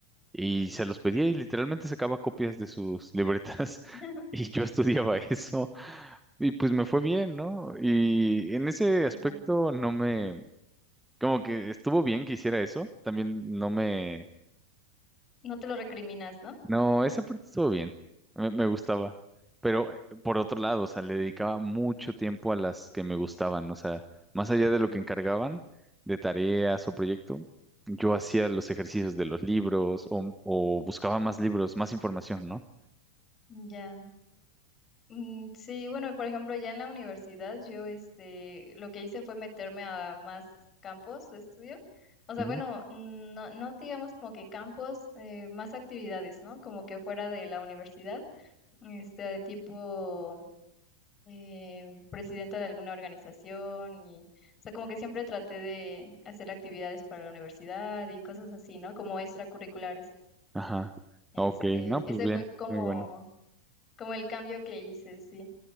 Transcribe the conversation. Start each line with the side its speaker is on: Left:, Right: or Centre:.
Centre: y se los pedía y literalmente sacaba copias de sus libretas
Left: <laughs>
Centre: <laughs> y yo estudiaba eso y pues me fue bien, ¿no? Y en ese
Left: Ya.
Centre: aspecto no me como que estuvo bien que hiciera eso. También no me...
Left: No te lo recriminas, ¿no?
Centre: No, esa parte estuvo bien. Me, me gustaba. Pero eh, por otro lado, o sea, le dedicaba mucho tiempo a las que me gustaban. O sea, más allá
Left: Ujú.
Centre: de lo que encargaban de tareas o proyecto, yo hacía los ejercicios de los libros o, o buscaba más libros, más información, ¿no?
Left: Ya. Mm, Sí, bueno, por ejemplo, ya en la universidad yo este lo que hice fue meterme a más campos de estudio. O sea,
Centre: Ujú.
Left: bueno, mm, no, no digamos como que campos, eh, más actividades, ¿no? Como que fuera de la universidad, este, de tipo eh, presidenta de alguna organización y, o sea, como que siempre traté de hacer actividades para la universidad y cosas así, ¿no? Como extracurriculares.
Centre: Ajá.
Left: Este,
Centre: Ok, no, pues
Left: ese
Centre: bien,
Left: fue como,
Centre: muy bueno.
Left: como el cambio que hice, sí.